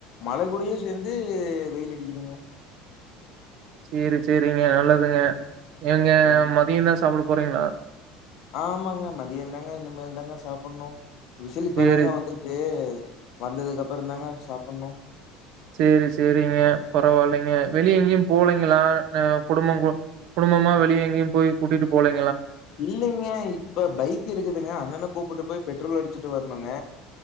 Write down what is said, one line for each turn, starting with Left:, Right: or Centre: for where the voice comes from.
Left: மழை கூடே சேர்ந்து வெயில் அடிக்குதுங்க
Right: சேரி சேரிங்க நல்லதுங்க ஏங்க
Left: என்
Right: மதியம் தா சாப்ட போறீங்களா
Left: ஆமாங்க மதியம் தாங்க இனிமேல் தாங்க சாப்பணும் விசில் இப்பதாங்க
Right: சேரி,
Left: வந்துருக்கு வந்ததுக்கு அப் பறம்தாங்க சாப்பணும்
Right: சேரி சேரிங்க பரவாயில்லைங்க வெளிய எங்கேயும் போலங்களா அ குடும்ப கு குடும்பமா வெளிய எங்கயும் போய் கூட்டிட்டு போல
Left: இல்லைங்க இப்ப பைக் இருக்குதுங்க அண்ணன கூப்புட்டு போய் பெட்ரோல் அடிச்சு ட்டு வரணுங்க